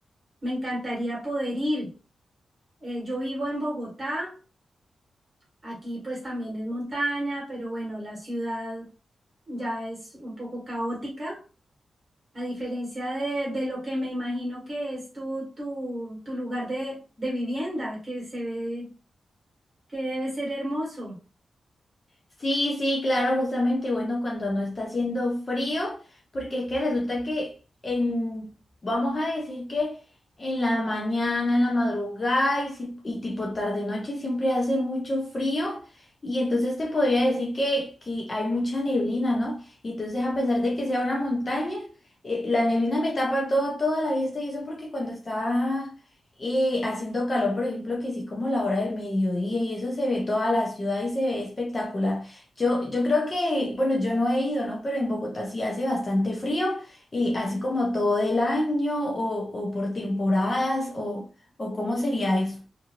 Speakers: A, on the right; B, on the left.
A: Me encantaría poder ir. Eh, yo vivo en Bogotá, aquí pues también es montaña, pero bueno, la ciudad ya es un poco caótica. A diferencia de, de lo que me imagino que es tu, tu, tu lugar de, de vivienda, que se ve que debe ser hermoso.
B: Sí, sí, claro, justamente, bueno, cuando no está haciendo frío, porque es que resulta que en, vamos a decir que en la mañana, en la madrugada y, si- y tipo tarde noche siempre hace mucho frío y entonces te podría decir que, que hay mucha neblina, ¿no? Y entonces a pesar de que sea una montaña, eh, la neblina me tapa todo, toda la vista y eso porque cuando está eh, haciendo calor, por ejemplo, que sí como la hora del mediodía y eso se ve toda la ciudad y se ve espectacular. Yo, yo creo que, bueno, yo no he ido, ¿no? Pero en Bogotá sí hace bastante frío y así como todo el año o, o por temporadas o, o cómo sería eso.